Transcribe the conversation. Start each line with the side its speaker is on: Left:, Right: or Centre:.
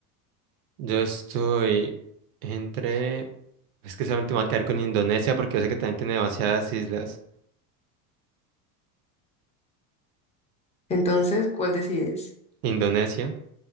Right: Yo estoy entre... Es que solamente me voy a quedar con Indonesia porque yo sé que también tiene demasiadas islas.
Left: Entonces, ¿cuál decides?
Right: Indonesia.